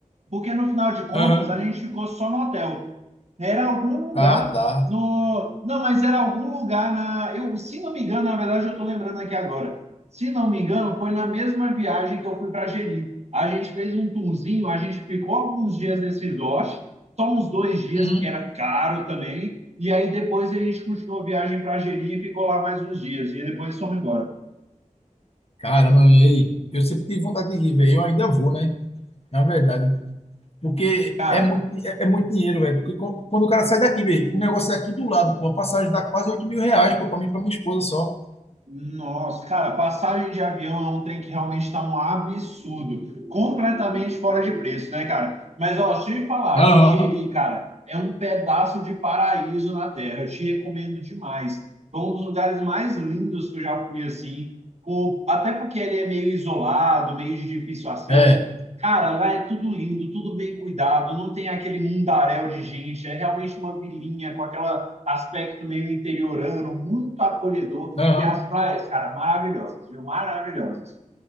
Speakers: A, on the right; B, on the left.
A: Porque no final de contas
B: Aham.
A: a gente ficou só no hotel. Era algum lugar
B: Ah, tá.
A: no. Não, mas era algum lugar na. Eu, se não me engano, na verdade eu estou lembrando aqui agora. Se não me engano, foi na mesma viagem que eu fui para Jeri. A gente fez um tourzinho, a gente ficou alguns dias nesse resort, só uns dois dias,
B: Uhum.
A: porque era caro também. E aí depois a gente continuou a viagem para Jeri e ficou lá mais uns dias. E depois fomos embora.
B: Caramba, e aí? Eu sempre tive vontade de ir, velho. Eu ainda vou, né? Na verdade. Porque
A: Cara,
B: é muito, é, é muito dinheiro, velho. Porque quan- quando o cara sai daqui, velho, o negócio é aqui do lado, pô. A passagem dá quase oito mil reais, pô, pra mim e pra minha esposa só.
A: Nossa, cara, passagem de avião é um trem que realmente está um absurdo. Completamente fora de preço, né, cara? Mas, ó, deixa eu te falar
B: Aham.
A: que Jeri, cara, é um pedaço de paraíso na Terra. Eu te recomendo demais. Foi um dos lugares mais lindos que eu já fui, assim. com- Até porque ele é meio isolado, meio de difícil acesso.
B: É,
A: Cara, lá é tudo lindo, tudo bem cuidado, não tem aquele mundaréu de gente. É realmente uma vilinha com aquele aspecto meio interiorano, muito acolhedor.
B: aham.
A: E as praias, cara, maravilhosas, viu? Maravilhosas.